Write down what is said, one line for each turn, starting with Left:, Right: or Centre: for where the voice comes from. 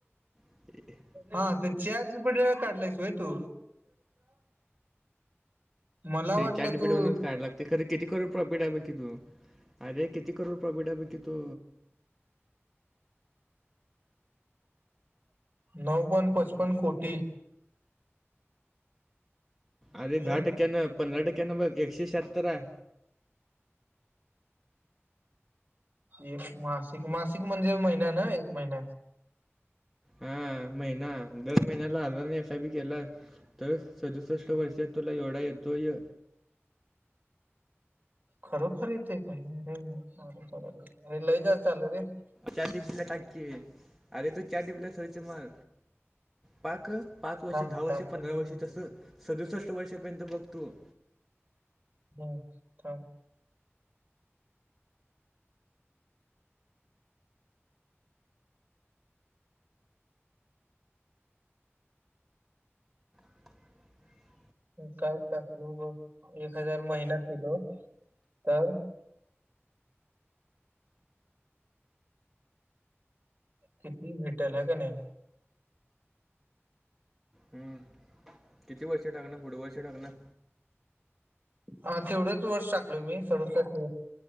Centre: <unintelligible>
Right: हा, ते चाट जीपीटी वर काढलंयस व्हय तू? मला
Centre: ते
Right: वाटलं तू
Centre: काढायला लागते. खरं किती करोड प्रॉफिट आहे बघ की तू. अरे किती करोड प्रॉफिट आहे बघ कि तू.
Right: नऊ पॉइं पचपन्न कोटी.
Centre: अरे
Right: हे
Centre: दहा टक्क्यानं पंधरा टक्क्यानं बघ एकशे शहत्तर आहे.
Right: एक मासिक मासिक म्हणजे महिना ना एक महिन.
Centre: हां, महिना दर महिन्याला आज <unintelligible> नाही एस आय पी केला तर सदुसष्ट वर्षात तुला एवढा येतोय.
Right: खरं खर ते येतो काय रे लय जास्त चालेू रे.
Centre: चॅट जीपीटीला टाक की, अरे तू चॅटजीपीटीला सर्च मार पाक. पाच वर्षे,
Right: थांब
Centre: दहा
Right: थांब
Centre: वर्षे, पंधरा
Right: मी पण
Centre: वर्षे,
Right: बघतो
Centre: तसं
Right: ते.
Centre: सदुसष्ट वर्षापर्यंत बघतो.
Right: हम काय,
Centre: <inaudible>
Right: काय टाकलो बघ एक हजार महिना केलो तर. किती भेटल हा का नाही?
Centre: हम, किती वर्ष टाकणार पुढ वर्ष टाकणार.
Right: हा तेवढंच वर्ष टाकलोय मी सदुसस्ट